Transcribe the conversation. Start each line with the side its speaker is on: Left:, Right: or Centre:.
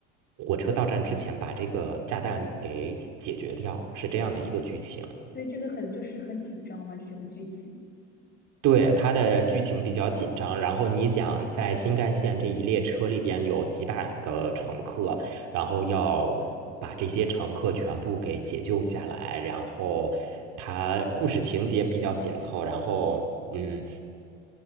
Right: 火车到站之前把这个炸弹给解决掉，是这样的一个剧情。
Left: 对这个很就是很紧张嘛，这整个剧情，
Right: 对，它的剧情比较紧张，然后你想在新干线这一列车里边有几百个乘客，然后要把这些乘客全部给解救下来，然后它故事情节比较紧凑，然后嗯，